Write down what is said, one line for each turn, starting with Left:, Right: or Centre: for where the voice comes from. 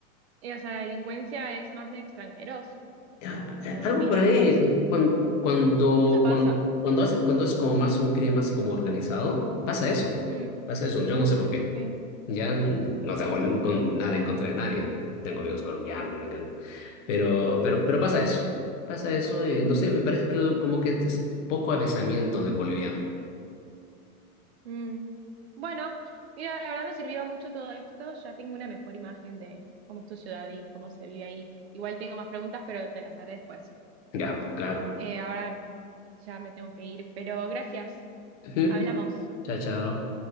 Right: Y, o sea, la delincuencia es más de extranjeros,
Left: a-
Right: como
Left: a-
Right: de
Left: Algo
Right: inmigrantes.
Left: por ahí, así, cuando, cuando,
Right: Eso pasa.
Left: cuando, cuando, hace- cuando es como más un crimen más como organizado, pasa eso,
Right: Mm,
Left: pasa eso, yo no sé por qué,
Right: ok.
Left: ya no tengo n- con nada en contra de nadie, tengo amigos colombianos que me encantan, pero, pero, pero pasa eso, pasa eso, y no
Right: Mm,
Left: sé, me parece que como que es poco avezamiento del boliviano,
Right: mm. Bueno, mira, la verdad me sirvió mucho todo esto. Ya tengo una mejor imagen de cómo es tu ciudad y cómo se vive ahí. Igual tengo más preguntas, pero te las haré después.
Left: ya, pues claro,
Right: Eh, ahora ya me tengo que ir, pero gracias.
Left: Ujú.
Right: Hablamos.
Left: Chao, chao.